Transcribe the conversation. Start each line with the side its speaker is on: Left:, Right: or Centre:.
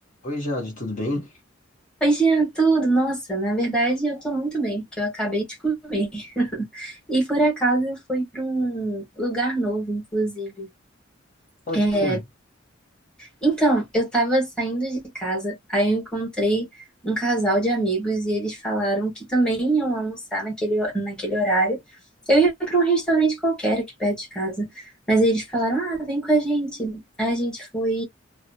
Left: Oi, Jade, tudo bem?
Centre: Oi, Jean, tudo? Nossa, na verdade eu tô muito bem, porque eu acabei de comer. <laughs> E por acaso eu fui para um lugar novo, inclusive.
Left: Onde
Centre: É,
Left: que foi?
Centre: então, eu tava saindo de casa, aí eu encontrei um casal de amigos e eles falaram que também iam almoçar naquele, ho- naquele horário. Eu ia para um restaurante qualquer aqui perto de casa, mas eles falaram: ah, vem com a gente. Aí a gente foi